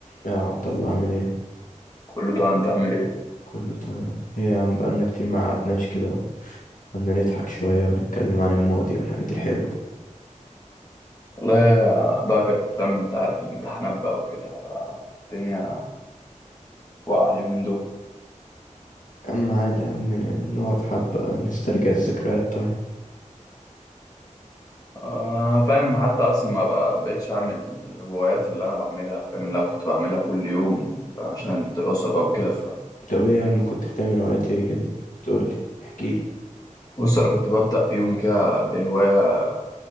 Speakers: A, on the left; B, on the left.
A: يا عبد الله عامل ايه
B: كله تمام انت عامل ايه
A: كله تمام ايه يا عم بقالنا كتير ما قعدناش كده قعدنا نضحك شوية ونتكلم عن الماضي والحاجات الحلوة
B: والله بقى كانت فاهم انت عارف الامتحانات بقى وكده الدنيا واقعة اليومين دول
A: يا عم عادي يا عم ن- نقعد حبة نسترجع الذكريات طيب
B: آه فاهم حتى اصلا ما بقى- بقتش اعمل الهوايات اللي انا بعملها فاهم اللي انا كنت بعملها كل يوم عشان الدراسة بقى وكده ف
A: طب ايه يا عم كنت بتعمل وقت ايه كده تقولي احكيلي
B: بص انا كنت ببدأ يومي كده بهواية